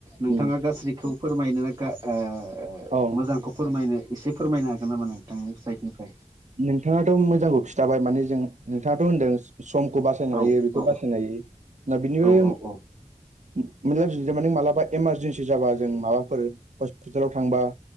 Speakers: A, on the right; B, on the right.
A: नोंथाङा
B: उम
A: गाज्रिखौ फोरमायनो <unintelligible>
B: औ
A: मोजां खौ फोरमायनो एसे फोरमायनो हागोन नामा नोंथांनि साइडनिफ्राय
B: नोंथाङाथ' मोजांखौ खिन्थाबाय माने जों नोंथाङाथ' होन्दों समखौ बासायनो
A: औ
B: हायो बेखौ
A: औ
B: बासायनो हायो दा बिनिबो
A: औ औ
B: <unintelligible> मालाबा इमारजेन्सि जाबा जों माबाफोर हस्पितालाव थांबा